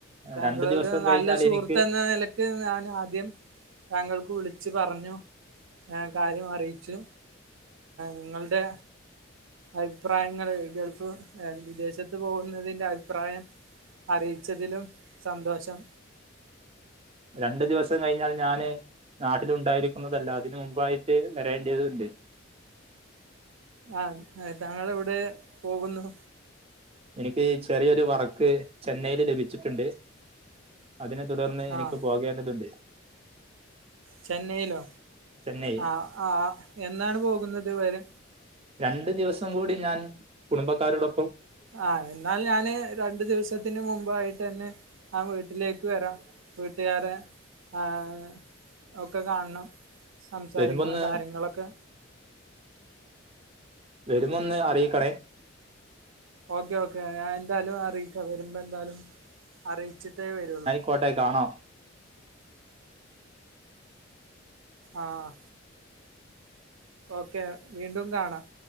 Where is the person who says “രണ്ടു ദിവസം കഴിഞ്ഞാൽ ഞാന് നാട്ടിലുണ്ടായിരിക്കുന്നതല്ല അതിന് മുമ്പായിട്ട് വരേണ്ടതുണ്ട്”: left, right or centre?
Right